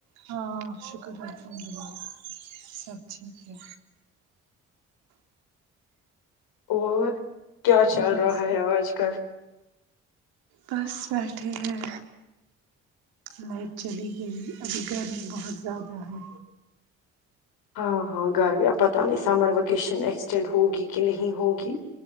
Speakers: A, on the right (about 80°); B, on the left (about 80°).
A: ہاں شکر الحمد للہ سب ٹھیک ہے
B: اور کیا چل
A: بس
B: رہا ہے اج کل
A: بس بیٹھے ہیں لائٹ چلی گئی ابھی گرمی بہت زیادہ ہے
B: ہاں ہاں گرمیاں پتا نہیں سمر وکیشن ایکسٹینڈ ہوگی کہ نہیں ہوگی